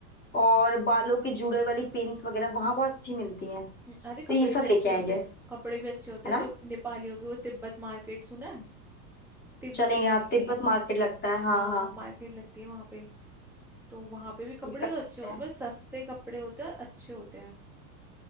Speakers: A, on the left; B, in the centre.
A: और बालों के जुड़े वाली पिन्स वगैरह वहां बहुत अच्छी मिलती हैं
B: हम्म,
A: तो
B: अरे कपड़े
A: ये सब
B: भी अच्छे
A: लेके आएंगे
B: होते हैं
A: है
B: कपड़े भी अच्छे होते हैं
A: ना
B: ने, नेपालियों की वो तिब्बत मार्केट सुना है तिब्बतियों
A: चलेंगे हाँ
B: की
A: तिब्बत मार्केट लगता है
B: हाँ
A: हाँ हाँ
B: मार्केट लगती है वहां पे तो वहां पे भी कपड़े
A: ये कर
B: तो
A: सकते
B: अच्छे होते
A: हैं
B: हैं मतलब सस्ते कपड़े होते हैं और अच्छे होते हैं